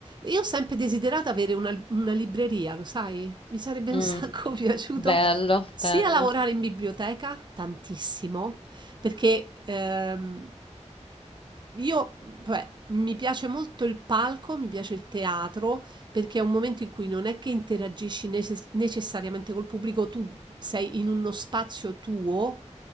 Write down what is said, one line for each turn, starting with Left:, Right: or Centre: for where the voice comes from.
Right: Io ho sempre desiderato avere una, una libreria, lo sai? Mi sarebbe un
Left: Mm,
Right: Mm, sacco <laughs> piaciuto
Left: bello,
Right: beh, sia
Left: bello.
Right: lavorare in biblioteca, tantissimo, perché ehm, io, cioè, mi piace molto il palco, mi piace il teatro, perché è un momento in cui non è che interagisci necess- necessariamente col pubblico, tu sei in uno spazio tuo,